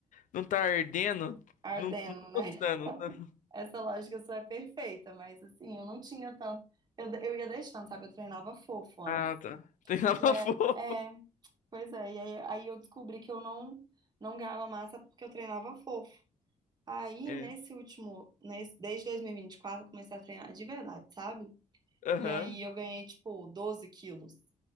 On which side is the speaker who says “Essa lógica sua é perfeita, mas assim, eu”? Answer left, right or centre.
Right